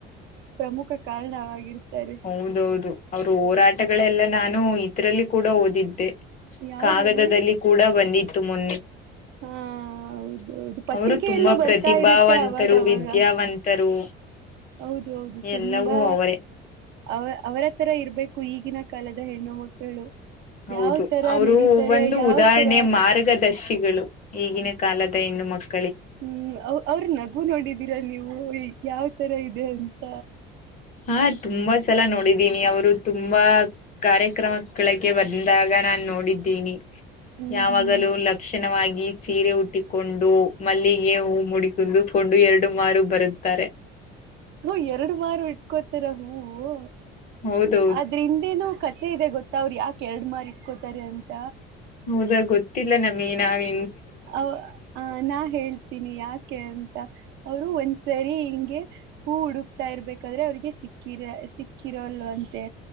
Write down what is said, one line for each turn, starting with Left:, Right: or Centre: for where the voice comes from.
Right: ಪ್ರಮುಖ ಕಾರಣವಾಗಿರ್ತಾರೆ
Left: ಹೌದೌದು ಅವರು ಹೋರಾಟಗಳೆಲ್ಲ ನಾನು ಇದರಲ್ಲಿ ಕೂಡ ಓದಿದ್ದೆ
Right: ಯಾವದ್ರಲ್ಲಿ
Left: ಕಾಗದದಲ್ಲಿ ಕೂಡ ಬಂದಿತ್ತು ಮೊನ್ನೆ
Right: ಹಾ
Left: <unintelligible>
Right: ಹೌದೌದು ಪತ್ರಿಕೆಯಲ್ಲೂ
Left: ಅವರು ತುಂಬಾ
Right: ಬರ್ತಾ
Left: ಪ್ರತಿಭಾವಂತರು
Right: ಇರುತ್ತೆ ಅವಾಗವಾಗ
Left: ವಿದ್ಯಾವಂತರು
Right: ಹೌದು ಹೌದು ತುಂಬಾ
Left: ಎಲ್ಲವೂ ಅವರೇ
Right: ಅವ ಅವರ ತರ ಇರ್ಬೇಕು ಈಗಿನ ಕಾಲದ ಹೆಣ್ಣು ಮಕ್ಕಳು
Left: ಹೌದು
Right: ಯಾವ ತರ
Left: ಅವರು
Right: ನಡೀತಾರೆ
Left: ಒಂದು
Right: ಯಾವ
Left: ಉದಾಹರಣೆ
Right: ತರ
Left: ಮಾರ್ಗದರ್ಶಿಗಳು. ಈಗಿನ ಕಾಲದ ಹೆಣ್ಣು ಮಕ್ಕಳು
Right: ಹ್ಮ್ ಅವ್ ಅವ್ರ ನಗು ನೋಡಿದೀರಾ ನೀವು ಯಾವ್ ತರ ಇದೆ ಅಂತ.
Left: ಹಾ ತುಂಬಾ ಸಲ ನೋಡಿದೀನಿ ಅವ್ರು ತುಂಬಾ ಕಾರ್ಯಕ್ರಮಕಳಗೆ ಬಂದಾಗ. ನ ನೋಡಿದ್ದೀನಿ
Right: ಹ್ಮ್
Left: ಯಾವಾಗಲೂ
Right: ಹ್ಮ್
Left: ಲಕ್ಷಣವಾಗ್ ಈ ಸೀರೆ ಉುಟ್ಟಿಕೊಂಡು ಮಲ್ಲಿಗೆ ಹೂ ಮುಡಿದುಕೊಂಡು ಎರಡು ಮಾರು ಬರುತ್ತಾರೆ.
Right: ಹೋ ಎರಡು ಮಾರು ಇಟ್ಕೋತಾರ ಹೂವು.
Left: ಹೌದು
Right: ಅದ್ರ ಹಿಂದೇನು ಕತೆ ಇದೆ ಗೊತ್ತಾ ಅವ್ರರು ಯಾಕ್ ಎರಡ್ ಮಾರ್ ಇಟ್ಕೋತಾರೆ ಅಂತ.
Left: ಹೌದಾ ಗೊತ್ತಿಲ್ಲ ನಮಗೆ ನಾವೇ
Right: ಅವ್ ಆ ನಾ ಹೇಳ್ತೀನಿ ಯಾಕೆ ಅ ಅವರು ಒಂದ್ಸರಿ ಹಿಂಗೆ ಹೂ ಹುಡುಕ್ತಾ ಇರ್ಬೇಕಾದ್ರೆ ಅವ್ರಿಗೆ ಸಿಕ್ಕಿರ ಸಿಕ್ಕಿರೋಲ್ವಂತೆ